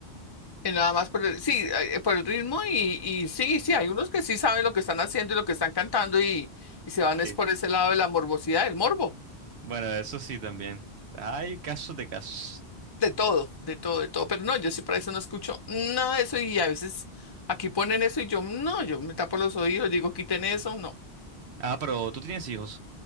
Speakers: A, on the left; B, on the right.
A: Y nada más por el, sí, eh, por el ritmo y, y sí, sí, hay unos que sí saben lo que están haciendo y lo que están cantando y, y se van
B: Eh,
A: es por ese lado de la morbosidad, el morbo,
B: bueno, eso sí también. Hay casos de casos.
A: de todo, de todo, de todo. Pero no, yo sí para eso no escucho nada de eso y a veces aquí ponen eso y yo, no, yo me tapo los oídos, digo, quiten eso, no.
B: Ah, pero tú tienes hijos